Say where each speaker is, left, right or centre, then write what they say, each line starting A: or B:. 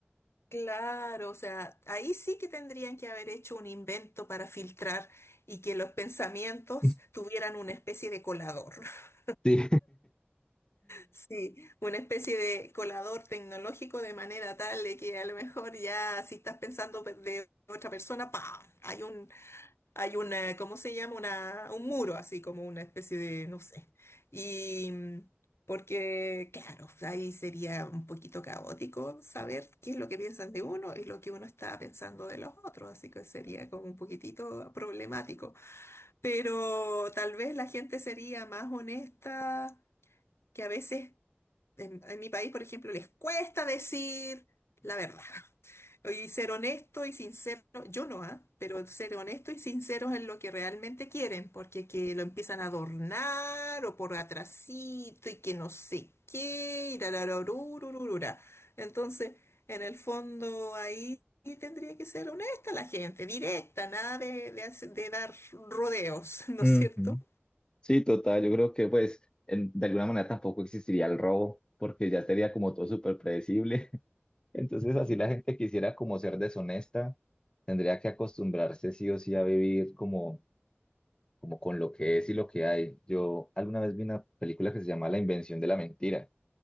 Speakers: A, on the left; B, on the left.
A: Claro, o sea, ahí sí que tendrían que haber hecho un invento para filtrar y que los pensamientos
B: <laughs>
A: tuvieran una especie de colador. <laughs>
B: Sí.
A: Sí, una especie de colador tecnológico de manera tal de que a lo mejor ya si estás pensando pe- de otra persona, ¡pam! Hay un, hay una, ¿cómo se llama? Una, un muro, así como una especie de, no sé. Y mm, porque, claro, ahí sería un poquito caótico saber qué es lo que piensan de uno y lo que uno está pensando de los otros, así que sería como un poquitito problemático. Pero tal vez la gente sería más honesta que a veces en, en mi país, por ejemplo, les cuesta decir la verdad. Oye, y ser honesto y sincero, yo no, ¿ah? Pero ser honesto y sinceros en lo que realmente quieren, porque que lo empiezan a adornar o por atrasito y que no sé qué, y tararorurururura. Entonces, en el fondo ahí tendría que ser honesta la gente, directa, nada de, de, hace- de dar rodeos, <laughs> ¿no
B: Ujú.
A: es cierto?
B: Sí, total, yo creo que pues en- de alguna manera tampoco existiría el robo porque ya sería como todo súper predecible. Entonces,
A: Mm,
B: así la gente quisiera como ser deshonesta, tendría que acostumbrarse sí o sí a vivir como, como con lo que es y lo que hay. Yo alguna vez vi una película que se llama La invención de la mentira.